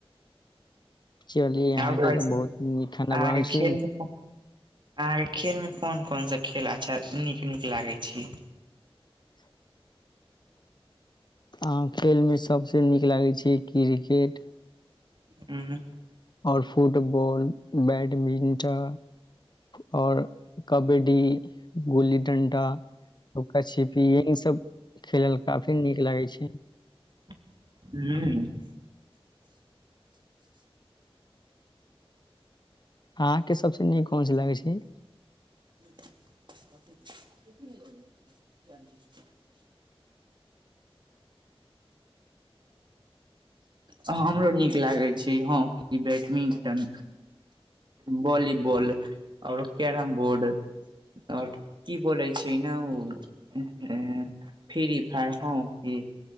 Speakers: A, on the left (about 45°); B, on the right (about 50°).
A: चलिय अहाँके
B: और कहै
A: तऽ
B: छी
A: बहुत
B: ना
A: नीक खाना
B: अहाँ
A: बनाबै
B: के
A: छी
B: खेल मे अहाँके खेल मे कोन-कोन सा खेल अच्छा नीक-नीक लागे छी।
A: <inaudible> अहाँ खेल मे सबसे नीक लागै छै किरकेट।
B: ऊं।
A: और फुटबॉल, बैडमिंटा। और कबडी। गुल्ली, डंडा, लुका छिपी ये ई सब खेलल काफी नीक लागे छै।
B: हुं।
A: अहाँ के सबसे नीक कोन चीज लागै छी।
B: <unintelligible> हां हमरो नीक लागै छी हॉकी, बैटमिंटन। बोली बॉल और कैरम बोर्ड। और की बोलै छी ना उ ए फिरी फायर, होंकी,